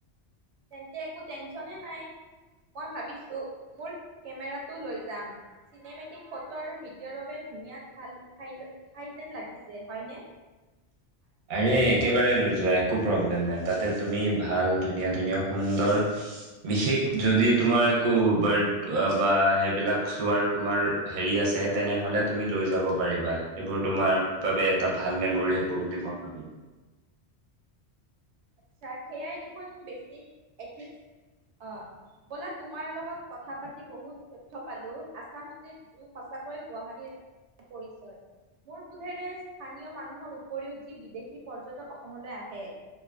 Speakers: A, on the right; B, on the right.
A: তেন্তে একো টেনচনে নাই, মই ভাবিছো মোৰ কেমেৰাটো লৈ যাম চিনেমেটিক ফটো আৰু ভিডিঅ'ৰ বাবে ধুনীয়া ঠাল ঠাই যেন লাগিছে। হয়নে?
B: আৰে একেবাৰে লৈ যোৱা যোৱা একো প্ৰব্লেম নাই তাতে তুমি ভাল ধুনীয়া ধুনীয়া সুন্দৰ বিশেষ যদি তোমাৰ একো বাৰ্ড বা সেইবিলাক চোৱাৰ তোমাৰ হেৰি আছে তেনেহলে তুমি লৈ যাব পাৰিবা। সেইবোৰ তোমাৰ বাবে এটা ভাল মেমৰি হ'ব বুলি মই ভাবো
A: আচ্ছা সেয়াই দেখোন বেচিক এথিক অহ ব'লা তোমাৰ লগত কথা পাতি বহুত তথ্য পালো আচাম ষ্টেট জু সঁচাকৈয়ে গুৱাহাটী <unintelligible> পৰিচয় মোৰ বোধেৰে স্থানীয় মানুহৰ উপৰিও যি বিদেশী পৰ্যটক অসমলৈ আহে